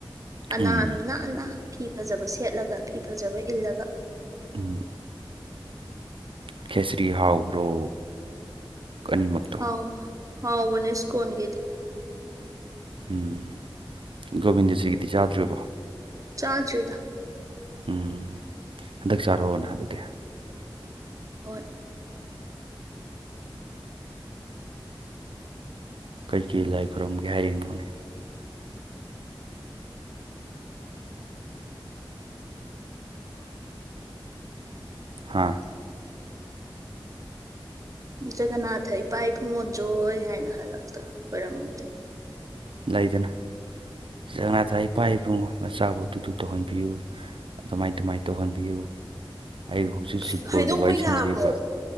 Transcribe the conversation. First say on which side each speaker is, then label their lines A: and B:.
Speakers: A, on the right (about 40°); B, on the right (about 75°).
A: ꯑꯅꯥꯨ
B: ꯎꯝ
A: ꯅꯥꯟꯅ ꯐꯤ ꯐꯖꯕ ꯁꯦꯠꯂꯒ ꯐꯤ ꯐꯖꯕ ꯏꯜꯂꯒ
B: ꯎ ꯈꯦꯁꯔꯤ ꯍꯥꯎꯕ꯭ꯔꯣ ꯑꯅꯤꯃꯛꯇꯣ
A: ꯍꯥꯎ ꯍꯥꯎ ꯃꯅꯦꯁ ꯀꯣꯟꯟꯒꯗꯦ
B: ꯎꯝ ꯒꯣꯕꯤꯟꯗꯖꯤꯒꯤꯗꯤ ꯆꯥꯗ꯭ꯕꯣ
A: ꯆꯥꯗ꯭ꯔꯤꯗ
B: ꯎꯝ ꯍꯟꯗꯛ ꯆꯥꯔꯛꯑꯣꯅ ꯑꯗꯨꯗꯤ
A: ꯍꯣꯏ
B: ꯀꯩ ꯀꯩ ꯂꯥꯏ ꯈꯨꯔꯝꯒꯦ ꯍꯥꯏꯔꯤꯅꯣꯅꯦ ꯍꯥꯥ
A: <inaudible> ꯖꯒꯅꯥꯊ ꯏꯄꯥ ꯏꯕꯨꯡꯉꯣꯠ ꯖꯣꯏ ꯍꯥꯏꯅ ꯍꯜꯂꯛꯇ ꯈꯣꯏꯔꯝꯗꯦ
B: ꯂꯩꯗꯅ ꯏꯄꯥ ꯏꯄꯨ ꯃꯆꯥꯕꯨ ꯑꯗꯨꯗꯨ ꯇꯧꯍꯟꯕꯤꯌꯨ ꯑꯗꯨꯃꯥꯏ ꯇꯃꯥꯏꯅ ꯇꯧꯍꯟꯕꯤꯌꯨ ꯑꯩ ꯍꯧꯖꯤꯛ ꯍꯧꯖꯤꯛ
A: ꯈ
B: ꯀꯣꯜꯗ
A: ꯍꯥꯏꯗꯣꯛꯄ
B: ꯋꯥꯔꯤ ꯁꯥꯟꯅꯔꯤꯕ
A: ꯌꯥꯕ꯭ꯔꯣ